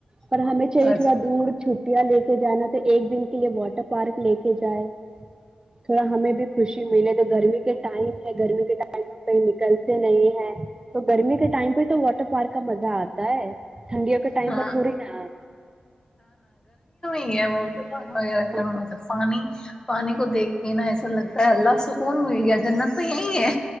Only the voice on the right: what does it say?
پر ہمیں چاہیے
تھوڑا دور چھ ٹیا لے کے جانا تو ایک دن کے لیے واٹر پارک لے کے جائے تھوڑا ہمیں بھی خوشی ملے تو گرمی کے ٹائم ہے گرمی کے ٹائم کہیں نکلتے نہیں ہے تو گرمی کے ٹائم پہ تو واٹر پارک کا مزہ آتا ہے ٹھنڈیوں کے ٹائم
پہ تھوڑی نا
واٹر